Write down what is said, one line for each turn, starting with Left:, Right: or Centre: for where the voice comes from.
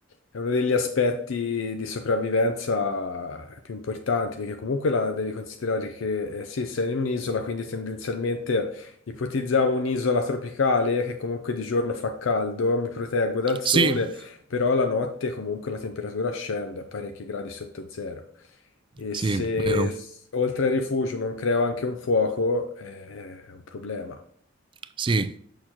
Left: è uno degli aspetti di sopravvivenza più importanti, perché comunque la devi considerare che eh, sì, sei in un'isola, quindi tendenzialmente ipotizziamo un'isola tropicale che comunque di giorno fa caldo, mi proteggo dal sole,
Right: Sì,
Left: però la notte comunque la temperatura scende a parecchi gradi sotto zero. E
Right: sì,
Left: se
Right: vero.
Left: s- oltre al rifugio non creo anche un fuoco, eh, è un problema.
Right: Sì.